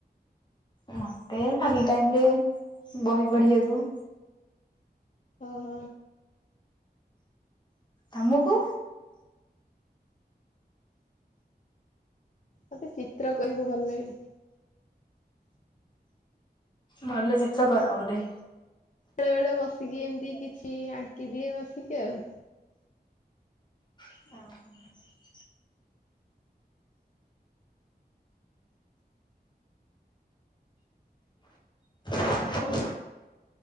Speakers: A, on the left; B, on the left.
A: ମତେ ଖାଲି ଟାଇମ୍ ରେ ବହି ପଢ଼ିବାକୁ
B: ଓହ
A: ତମୁକୁ?
B: ମତେ ଚିତ୍ର କରିବାକୁ ଭଲ ଲାଗେ।
A: ଭଲ ଚିତ୍ର କର ବୋଧେ?
B: ବେଳେବେଳେ ବସିକି ଏମିତି କିଛି ଆଙ୍କି ଦିଏ ବସିକି ଆଉ।
A: ଅହୋ ଆଉ